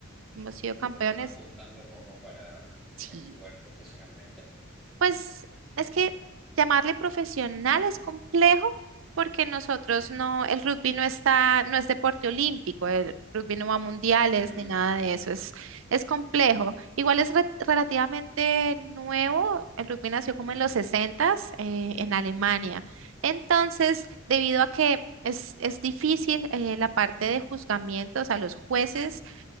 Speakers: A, on the right; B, in the centre.
A: Hemos sido campeones,
B: pero estaba apuntando como para
A: sí.
B: eh, jugar profesionalmente.
A: Pues es que llamarle profesional es complejo porque nosotros
B: Mm,
A: no, el rugby no está, no es deporte olímpico, el rugby no va a mundiales
B: mm,
A: ni nada de eso, es, es complejo. Igual es re- relativamente nuevo, el rugby nació como
B: mm.
A: en los sesentas eh, en Alemania. Entonces, debido a que es, es difícil eh, la parte de juzgamiento, o sea, los jueces